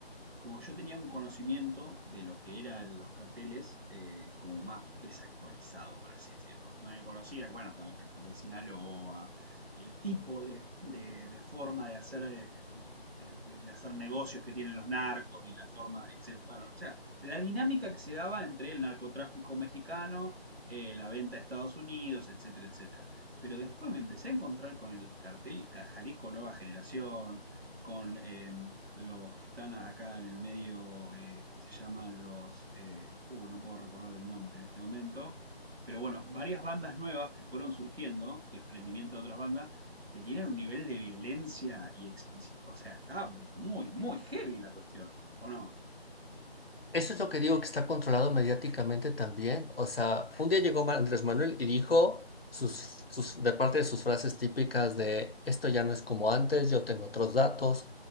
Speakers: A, on the right; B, on the left.
A: como que yo tenía un conocimiento de lo que eran los carteles eh, como más desactualizado, por así decirlo. No me conocía, bueno, estaba el cartel de Sinaloa, el tipo de, de- de forma de hacer, eh, de, de- de hacer negocios que tienen los narcos y la forma, etcétera. Bueno, o sea, la dinámica que se daba entre el narcotráfico mexicano, eh, la venta a Estados Unidos, etcétera, etcétera. Pero después me empecé a encontrar con el cartel Cajalico Nueva Generación, con eh, los que están acá en el medio, eh, que se llaman los... eh, uh, no puedo recordar el nombre en este momento, pero bueno, varias bandas nuevas que fueron surgiendo, desprendimiento de otras bandas, que tienen un nivel de violencia y explícito. O sea, está muy, muy heavy la cuestión, ¿o no?
B: Eso es lo que digo, que está controlado mediáticamente también. O sea, un día llegó Ma- Andrés Manuel y dijo sus, sus, de parte de sus frases típicas de esto ya no es como antes, yo tengo otros datos.